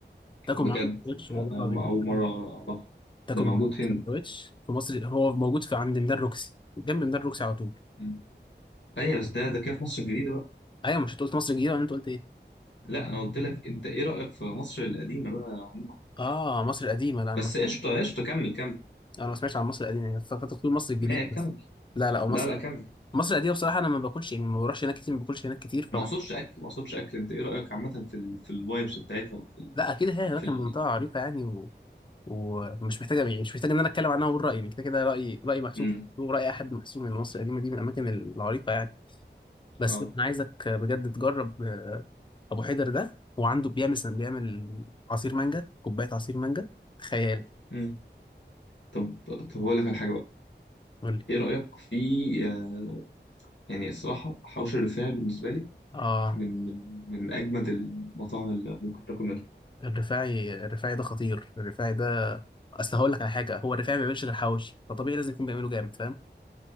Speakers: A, on the left; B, on the left.
A: تاكل
B: بجد
A: معاه سندوتش
B: ده
A: والله
B: انا
A: العظيم
B: اول
A: تاكل
B: مرة اعرفها
A: تاكل
B: ده موجود
A: معاه
B: فين
A: سندوتش
B: ده
A: في مصر هو موجود في عند ميدان روكسي جنب ميدان روكسي على طول
B: مم. ثانية بس ده ده كده في مصر الجديدة بقى
A: ايوه مش انت قلت مصر الجديده ولا انت قلت ايه
B: لا انا قلت لك انت ايه رأيك في مصر القديمة بقى عموما
A: اه
B: يعني
A: مصر القديمه لا
B: بس
A: انا ما
B: قشطة قشطة كمل كمل
A: انا ما سمعتش عن مصر القديمه يعني فكرت تقول مصر الجديده
B: ما كمل
A: بس لا لا أو
B: لا
A: مصر
B: لا كمل
A: مصر القديمه بصراحه انا ما باكلش يعني ما بروحش هناك كتير ما باكلش هناك كتير
B: ما
A: فم...
B: اقصدش اكل ما اقصدش اكل انت ايه رايك عامه في ال... في الفايبس بتاعتها وفي ال...
A: لا اكيد هي هناك
B: في ال...
A: المنطقه عريقه يعني ومش محتاجه يعني مش محتاج ان انا اتكلم عنها واقول رايي يعني كده كده رايي رايي محسوب
B: مم.
A: وراي اي حد محسوب من مصر القديمه دي من الاماكن العريقه يعني بس
B: اه
A: انا عايزك بجد تجرب آه، ابو حيدر ده وعنده بيعمل بيعمل عصير مانجا كوبايه عصير مانجا خيال
B: مم. طب طب هقول لك على حاجه بقى
A: قول لي
B: ايه رايك في آه... يعني الصراحه حوش الرفاعي بالنسبه لي
A: اه
B: من من من اجمد المطاعم اللي ممكن تاكل منها
A: الرفاعي الرفاعي ده خطير الرفاعي ده اصل هقول لك على حاجه هو الرفاعي ما بيعملش غير حواوشي فطبيعي لازم يكون بيعمله جامد فاهم